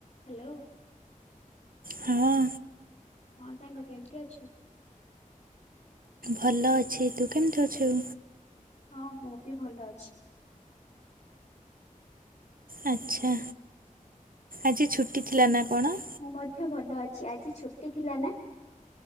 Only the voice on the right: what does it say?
ହଁ।
ଭଲ ଅଛି ତୁ କେମିତି ଅଛୁ?
ଆଚ୍ଛା, ଆଜି ଛୁଟି ଥିଲା ନା କଣ?